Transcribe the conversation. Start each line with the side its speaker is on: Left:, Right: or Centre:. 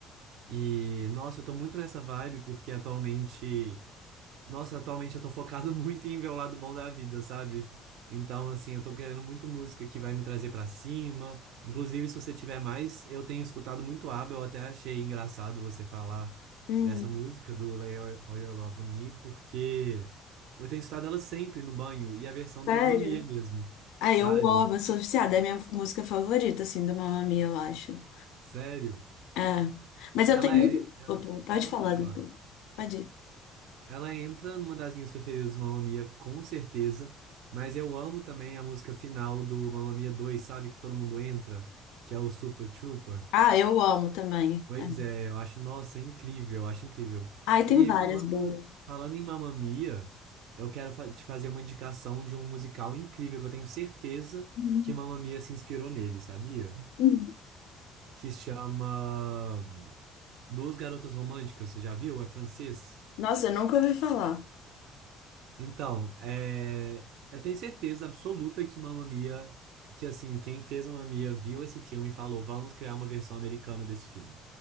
Right: E, nossa, eu tô muito nessa vibe, porque atualmente. Nossa, atualmente eu tô focado <laughs> muito em ver o lado bom da vida, sabe? Então, assim, eu tô querendo muito música que vai me trazer pra cima. Inclusive, se você tiver mais, eu tenho escutado muito ABBA, eu até achei engraçado você falar
Left: Hum.
Right: dessa música do Lay All All Your Love on Me, porque eu tenho escutado ela sempre no banho e a versão do
Left: Sério?
Right: Mamma Mia mesmo,
Left: Ah,
Right: sabe?
Left: eu amo, eu sou viciada, é a minha música favorita, assim, do Mamma Mia, eu acho.
Right: Sério.
Left: É. Mas
Right: Ela
Left: eu tenho muito.
Right: é. ela-
Left: Opa, pode
Right: Não,
Left: falar
Right: pode
Left: depois.
Right: falar.
Left: Pode ir.
Right: Ela entra numa das minhas preferidas do Mamma Mia, com certeza, mas eu amo também a música final do Mamma Mia 2, sabe? Que todo mundo entra, que é o Super Trooper.
Left: Ah, eu amo também.
Right: Pois
Left: É.
Right: é, eu acho, nossa, é incrível, eu acho incrível.
Left: Ai, tem
Right: E
Left: várias
Right: falando,
Left: boas.
Right: falando em Mamma Mia, eu quero fa- te fazer uma indicação de um musical incrível que eu tenho certeza
Left: Uhum.
Right: que Mamma Mia se inspirou nele, sabia?
Left: Uhum.
Right: Que se chama Duas Garotas Românticas, você já viu? É francês?
Left: Nossa, eu nunca ouvi falar.
Right: Então, é, eu tenho certeza absoluta que Mamma Mia, que assim, quem fez Mamma Mia viu esse filme e falou, vamos criar uma versão americana desse filme.